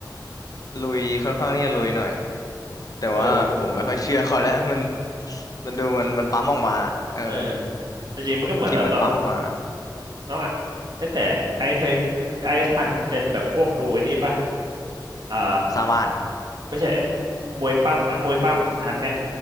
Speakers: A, on the left; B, on the right.
A: ลุยค่อนข้างที่จะลุยหน่อยแต่ว่าผมไม่ค่อยเชื่อเขาแล้ว
B: เออแบบ
A: <laughs> มันมันดูมันมันปั๊มออกมาเออ
B: เออแต่จริงมันก็เหมือนแล้วตอน
A: คลิปมันปั๊มออกมา
B: น้องอ่ะเอ้ยแต่ไอซ์เคยไอซ์ทันเจนแบบพวกดูไอ้นี้ปะอ่า
A: สร้างบ้านเหรอ
B: ไม่ใช่ มวยปั้มมวยปั้มทันไหม